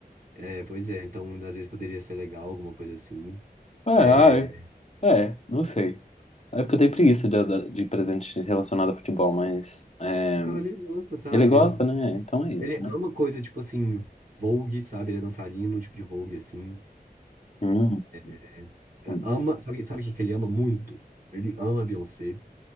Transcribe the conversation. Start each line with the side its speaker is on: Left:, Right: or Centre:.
Right: É, pois é. Então, às vezes poderia ser legal, alguma coisa assim.
Left: É, ai.
Right: É,
Left: É, não sei. É porque eu tenho preguiça de, de presente relacionado a futebol, mas. é,
Right: ah, mas ele gosta, sabe?
Left: ele gosta, né? Então é isso,
Right: Ele
Left: né?
Right: ama coisa tipo assim, Vogue, sabe? Ele é dançarino, tipo de Vogue, assim.
Left: Hum,
Right: É, é,
Left: hum.
Right: Ama, sabe, sabe o que que ele ama muito? Ele ama a Beyoncé.